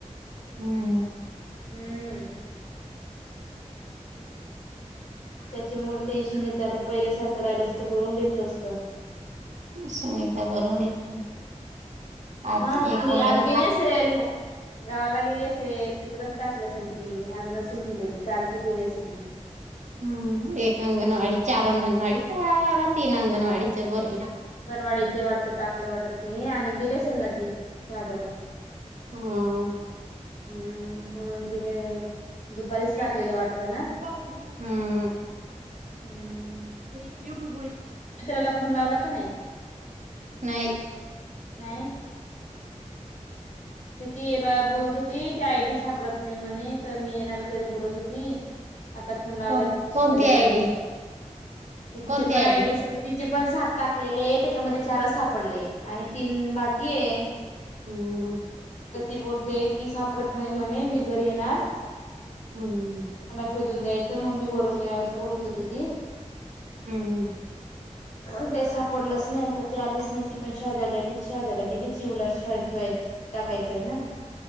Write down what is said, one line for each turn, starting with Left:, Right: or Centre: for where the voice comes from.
Right: हम्म
Left: हम्म त्याच्यामुळे टेन्शन येतं आता पहिल्या सारखं राहिलं असतं बरून घेतलं असतं
Right: सुनीता भरून घेतली. आज
Left: हा
Right: एक
Left: तुरी
Right: अंगण
Left: आज गेली असेल गावाला गेली. असेल तिकडक ताासला असेल ती आज नसेल ती घरी कालची गेली असेल ती.
Right: हम्म एक अंगणवाडी चार अंगणवाडी ह तीन अंगणवाडीच्या बर
Left: अंगणवाडी इथे वाटत टाकलं वाटतं तिने आणि गेली असेल ना ती शहाद्याला
Right: हम्म
Left: हम्म म्हणून तिने
Right: हम.
Left: दुपारीच टाकलेलं वाटतं ना
Right: त ब
Left: हम्म मित्राला फोन लावला का नाही
Right: नाही
Left: नाही ते ती बोलत होती ती आयडी सापडत नाही म्हणे तर मी येणार घरी बोलत होती आता फोन लावला
Right: कोण
Left: तिथि
Right: कोणती
Left: शेरायला
Right: आयडी
Left: गेल तिचे
Right: कोणती
Left: पण
Right: आयडी
Left: आयडिया त आपण सात टाकलेले त्याच्यामध्ये चारच सापडले आणि तीन बाकी आहे
Right: हम्म.
Left: तर ती बोलते की सापडत नाही म्हणे मी घरी येणार.
Right: हम्म
Left: मला शोधून द्यायचं मग मी बरून घेणार अस बोलत होते ती,
Right: हम्म,
Left: कोण काही सापडलंच नाही आता ती आलीच नाही ती पण शाद्याला गयलीच शाद्याला गेली चिऊला शाळेत ठेवायच टाकायचंय ना